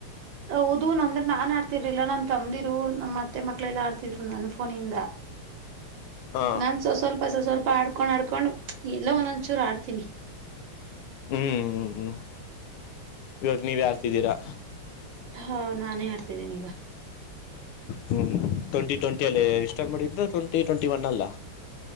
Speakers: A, on the right; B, on the left.
A: ಹೌದು ನಂದ್ರ ನಾನ್ ಆಡ್ತಿರ್ಲಿಲ್ಲ ನನ್ ತಮ್ದಿರು ನಮ್ಮ ಮತ್ತೆ ಮಕ್ಕಳೆಲ್ಲ ಆಡ್ತಿದ್ರು ನನ್ನ ಫೋನಿಂದ.
B: ಹಾ
A: ನಾನ್ ಸ್ವ ಸ್ವಲ್ಪ ಸ್ ಸ್ವಲ್ಪ ಆಡ್ಕೊಂಡ್ ಆಡ್ಕೊಂಡ. ಕೊಂಡು ಎಲ್ಲೋ ಒಂದೊಂದಚೂರ ಆಡ್ತೀನಿ.
B: ಹ್ಮ್ ಹ್ಮ್ ಹ್ಮ್ ಇವಾಗ ನೀವೆ ಆಡ್ತಿದೀರಾ.
A: ಹಾ ನಾನೇ ಆಡ್ತಿದ್ದೀನಿಗ.
B: ಹ್ಮ್ ಟ್ವೆಂಟಿ ಟ್ವೆಂಟಿ ಅಲ್ಲಿ ಇಸ್ಟರ್ಟ್ ಮಾಡಿದ್ದು ಟ್ವೆಂಟಿ ಟ್ವೆಂಟಿ ಒನ್ ಅಲ್ಲ.